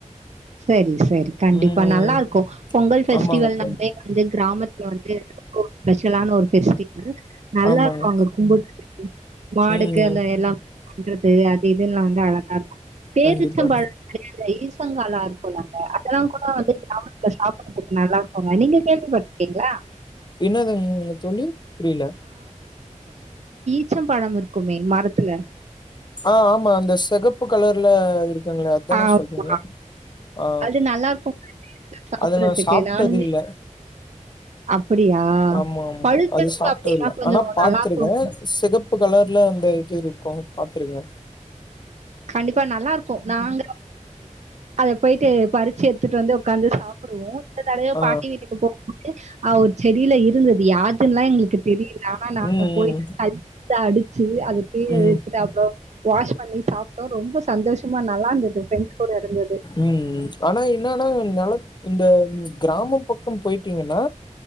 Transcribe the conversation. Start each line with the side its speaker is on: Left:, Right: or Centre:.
Right: சரி சரி கண்டிப்பா
Left: ம்
Right: நல்லாருக்கு பொங்கல் ஃபெஸ்டிவல்னாலே
Left: ஆமாங்க தோழி
Right: வந்து கிராமத்துல வந்து <inaudible> ஸ்பெஷலான ஒ ஒரு ஃபெஸ்டிவல் நல்லாருக்கு
Left: ஆமாங்க
Right: அங்க கும்புட் <inaudible> மாடுக்கு
Left: ம்
Right: அந்த எல்லா பண்றது அது இதுல்லா வந்து அழகாருக்கு பேரிச்சம்பழ
Left: கண்டிப்பா
Right: <inaudible> ஈஸ்வங்காலா இருக்குல்லங்க அதெல்லா கூட வந்து <inaudible> அதுக்கு நல்லா இருக்குங்க நீங்க கேள்விப்பட்டுருக்கீங்களா?
Left: என்னதுங்க தோழி புரியல
Right: ச்சம் பழம் இருக்குமே மரத்துல
Left: ஆ ஆமா அந்த செகப்பு கலர்ல இருக் குங்களே அதானே
Right: ஆமா.
Left: சொல்றீங்க ஆ
Right: அது நல்லாருக்குங்க டேஸ்ட்டா சாப்பிடுறதுக்கு.
Left: அது நா சாப்ட்டது
Right: நானுமே
Left: இல்ல
Right: அப்படியா?
Left: ஆமா ஆமா
Right: பழுத்தெடுப்பு
Left: அது சாப்ட்டதில்ல
Right: அப்படின்னா கொஞ்சம்
Left: ஆனா பாத்துருக்கே
Right: நல்லாருக்கும்.
Left: சிகப் பு கலர்ல அந்த இது இருக்கு பாத்துருங்க
Right: கண்டிப்பா நல்லா இருக்கு நாங்க <inaudible> அத போயிட்டு பறிச்சு எடுத்துட்டு வந்து உக்காந்து சாப்புடுவோ இந்த தடவை
Left: ஆ
Right: பாட்டி வீட்டுக்கு போகும்போது அ ஒரு செடியில இருந்து து யாதுன்லா எங்களுக்கு தெரியல ஆனா நாங்க
Left: ம் ம்
Right: போயிட்டு <inaudible> அடிச்சு அத கீழ
Left: ம்
Right: இழுத்துட்டு அப் றோ வாஷ் பண்ணி சாப்ட்டோ ரொம்ப சந்தோஷமா நல்லா இருந்தது ஃப்ரெண்ட்ஸ் கூட இருந்தது.
Left: ம் ஆனா என்னனா நெல இந்த கிராம பக்கோ போயிட்டீங்கன்னா